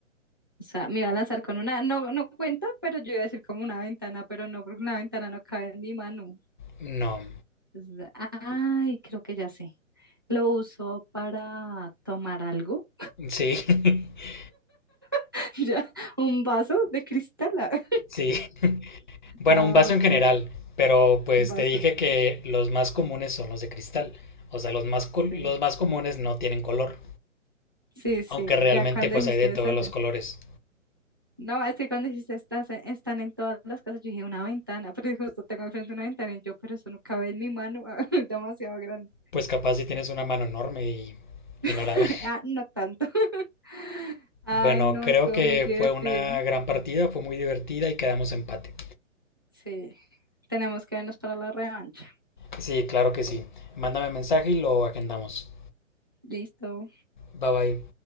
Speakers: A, on the right (about 20°); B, on the left (about 35°).
A: O sea, me iba a lanzar con una, no, no cuenta, pero yo iba a decir como una ventana, pero no, porque una ventana no cabe en mi mano.
B: No.
A: Entonces, ay, creo que ya sé. Lo uso para tomar algo,
B: Sí, <laughs>
A: <laughs> ya, un vaso de cristal. <laughs>
B: sí. Bueno,
A: Ah,
B: un vaso
A: ok,
B: en general, pero pues
A: un vaso,
B: te dije
A: sí.
B: que los más comunes son los de cristal. O sea, los más, co-
A: Sí,
B: los más comunes no tienen color,
A: sí, sí,
B: aunque realmente
A: ya cuando
B: pues
A: dijiste
B: hay de todos
A: eso, ya.
B: los colores.
A: No, es que cuando dijiste estás en- están en todas las casas, yo dije una ventana, <laughs> pero justo tengo al frente una ventana y yo, pero eso no cabe en mi mano, <laughs> demasiado grande.
B: Pues capaz si tienes una mano enorme y, y no
A: <laughs>
B: la <laughs> ves.
A: Ah, no tanto. <laughs> Ay,
B: Bueno,
A: no,
B: creo
A: estuvo
B: que
A: muy divertido.
B: fue una gran partida, fue muy divertida y quedamos empate.
A: Sí, tenemos que vernos para la revancha.
B: Sí, claro que sí. Mándame mensaje y lo agendamos.
A: Listo.
B: Bye bye.